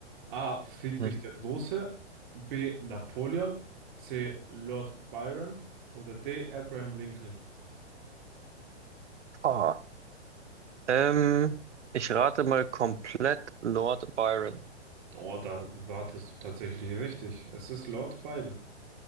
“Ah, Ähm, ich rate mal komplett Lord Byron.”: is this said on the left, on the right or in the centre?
Right